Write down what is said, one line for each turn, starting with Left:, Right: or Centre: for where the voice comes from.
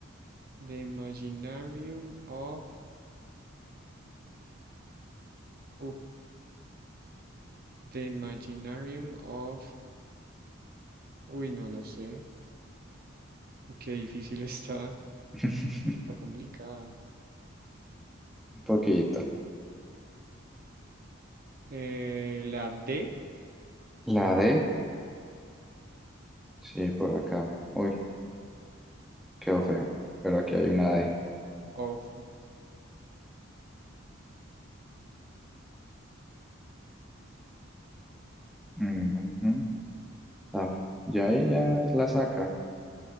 Right: The Imaginarium of, uh, The Imaginarium of, uy, no lo sé, qué difícil <laughs> está,
Centre: <laughs>
Right: está complicada.
Centre: Un poquito.
Right: Eh, la D
Centre: La D, sí, por acá. Uy, quedó fea. Pero aquí hay una D.
Right: of
Centre: Mm, Ujú. Ah, Y ahí ya la saca.